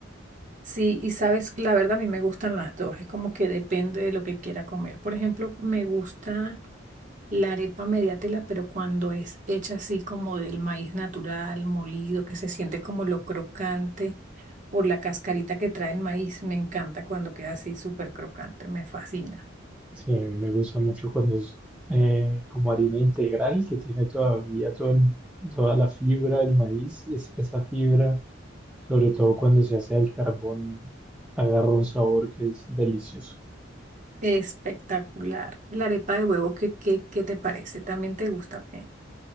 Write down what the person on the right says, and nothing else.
Sí, y sabes, la verdad a mí me gustan las dos, es como que depende de lo que quiera comer. Por ejemplo, me gusta La arepa media tela, pero cuando es hecha así como del maíz natural, molido, que se siente como lo crocante por la cascarita que trae el maíz, me encanta cuando queda así súper crocante, me fascina.
Espectacular. La arepa de huevo, ¿qué, qué, qué te parece? ¿También te gusta o qué?